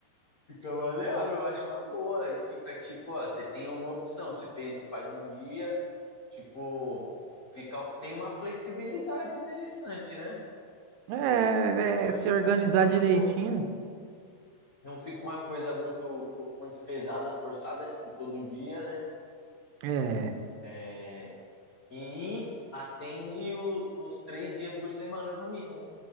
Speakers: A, on the left (about 85°); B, on the right (about 80°).
A: fica maleável, eu acho uma boa. E fica tipo, ó, você tem uma opção, você fez, faz um dia, tipo, fica, tem uma flexibilidade interessante, né?
B: É,
A: Eu acho,
B: é, se organizar
A: acho que é uma
B: direitinho.
A: boa. Não fica uma coisa muito, fo- muito pesada, forçada, tipo, todo dia, né?
B: É.
A: É, E atende o- os três dias por semana, no mínimo.